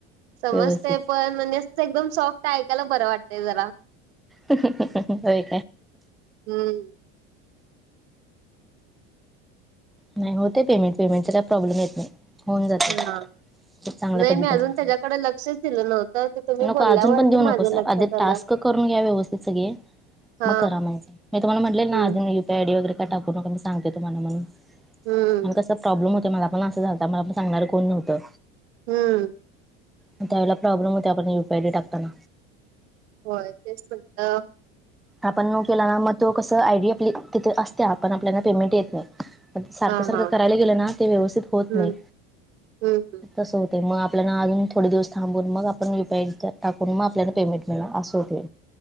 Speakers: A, on the right; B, in the centre.
A: समजतेय
B: व्यवस्थित
A: पण म्हणजे एकदम सॉफ्ट आहे ऐकायला बरं वाटतय जरा
B: हो काय
A: हम्म
B: नाही होते पेमेंट पेमेंट त्याचा प्रॉब्लेम्स येत नाही होऊन जाते
A: हा
B: खूप चांगल्या
A: नाही
B: पद्धतीने
A: मी अजून
B: हो
A: त्याच्याकडे लक्षच दिलं नव्हतं ते तुम्ही
B: नको
A: बोलल्यावरती
B: अजून पण देऊ
A: माझ्या
B: नको सर
A: लक्षात
B: अधि
A: आलं.
B: टास्क करून घ्या व्यवस्थित सगळे
A: हा
B: मग करा म्हणे मी तुम्हाला म्हटृले ना.
A: हम्म
B: पॅडी वगैर टाकू नका मी सांगते तुम्हा म्हणून.
A: हम्म
B: आणि कसं प्रॉब्लेम होत मला पण असं झालत मला पण सांगणार कोण नव्हतं.
A: हम्म
B: म त्यावेळी प्रोब्लेम होतोय आपण इंक्वायारी टाकताना.
A: होय तेच म्हणलं.
B: आपण नो केला ना मग तो कस आयडिया आपली तिथे असते आपण आपल्याला पेमेंट येत नाही. सारखं
A: हा
B: सारखं
A: हा
B: करायला गेलं ना ते व्यवस्थित होत
A: हम्म
B: नाही.
A: हम्म हम्म
B: तसं होते मग आपल्याला अजून थोडे दिवस थांबून मग आपण युपी आयडी टाकून मग आपल्याला पेमेंट मिळानार असं होतं.